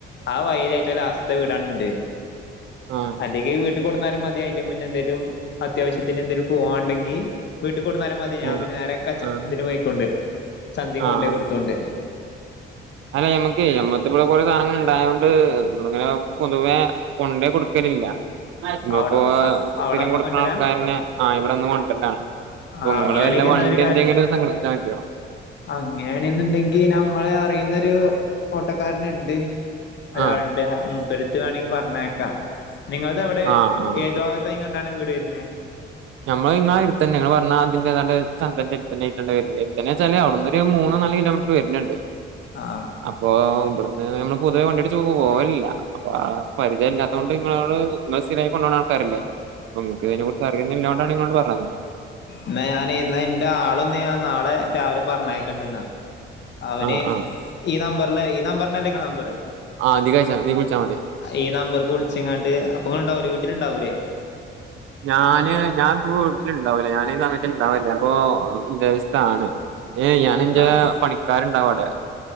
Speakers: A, on the left; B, on the right.
A: ആ വഴയിലെ ഏറ്റം ലാസ്റ്റ്ത്തെ വീടാണ് ൻ്റെ.
B: ആഹ്
A: അല്ലെങ്കിൽ വീട്ടിൽ കൊടുന്നാലും മതി അതിന്റെ മുന്നെ എന്തങ്കലും അത്യാവശ്യത്തിന് എന്തേലും പോവാുണ്ടെങ്ക വീട്ടിൽ കൊടുന്നാലും മതി ഞാൻ
B: ആഹ്
A: പിന്നെ നേരെ
B: ആഹ്
A: ഇതി മയിക്കൊണ്ട് സന്്യയും
B: ആഹ്
A: കൊണ്ട പോോയി
B: ആഹ്
A: കൊടുത്തൊണ്ട്
B: അല്ല മ്മക്ക്ഞമ്മത്തി ഇവിടെ കൊറെ സാധങ്ങൾ ഇണ്ടായ കൊണ്ട് നമ്മള ഇങ്ങനെ പൊതുവേ കൊണ്ടേ കൊടുക്കലില്ല
A: അവിടെ
B: ഇപ്പോ
A: അവിടെ
B: സ്ഥിരം
A: വന്ന്
B: കൊടുക്കണ
A: കൊണ്ടരാ
B: ആൾക്കാരന്നെ ആ ഇവിടെന്ന് കൊണ്ടണ്ടാണ്
A: ആ
B: അപ്പൊങ്ങള്ൾ
A: അങ്ങനെയാണെങ്കി
B: വല്ല വണ്ടി
A: എന്നാ ഒരു കാര്യം
B: എന്തെങ്കിലും സംഘടിപ്പിച്ചാൻ പറ്റുമോ?
A: അങ്ങനെയാണെന്നുണ്ടെങ്കി നമ്മളെ അറിയുന്നൊരു ഓട്ടക്കാരനുണ്ട് ഒരാളുണ്ട്
B: ആഹ്
A: മൂപ്പരുത്ത് വേണമെങ്കിൽ പറഞ്ഞേക്കാം നിങ്ങ എവി ടെ
B: ആഹ് ആഹ്
A: ഏതു ഭാഗത്തായും കണ്ടാണ് വീട് വരുന്നത്
B: മ്മള് നിങ്ങളെ അടുത്തന്നെ നിങ്ങള് പറഞ്ഞാ അതിന്റെഏതാണ്ട് ചന്ദ്രന്റെ വ വെച്ചാല് അവിടുന്ന് ഒരു മൂന്ന നാല് കിലോമീറ്റർ വരുന്നുണ്ട്
A: ആഹ്
B: അപ്പൊ ഇവിടുന്ന് നമ്മള് പൊതുവെ വണ്ടിട്ട പോവില്ല അപ്പൊ പരിചയമല്ലാത്തൊണ്ട് നിങ്ങളോട് നി സ്ഥിരമായിക്ക കൊണ്ട പോക ആൾക്കാരല്ല അ നമക്ക്തിനെ ഇല്ലണ്ടാണ്ങ്ങോണ്ട് പറഞ്ഞത്
A: എന്ന ഞാൻ ഇ എന്റെ ആളൊന്ന് ഞാൻ നാളെ രാവിലെ പറഞ്ഞക്കണ്ടന്നാ അവന്
B: ആഹ് ആഹ്
A: ഈ നമ്പറില് ഈ നമ്പറിനല്ലേ നിങ്ങള നമ്പർ
B: ആഹ നിഖാച്ചാ നിികൂച്ചാ മതി
A: ഈ നമ്പർക്ക് വിളിച്ച എങ്ങാണ്ട് അപ്പൊ ഇങ്ങ ഉണ്ടാവലേ വീട്ടില ഇണ്ടാവൂലേ
B: ഞാന് ഞാൻ വീട്ടിലുണ്ടാവലേ ഞാന ഈ സമയത്ത് ഇണ്ടാവലേ അപ്പൊ വിത്ദേതാണ് ഏയ് ഞാാന എൻ്റെ
A: ആഹ്
B: പണിക്കാരുണ്ടാവും അടെ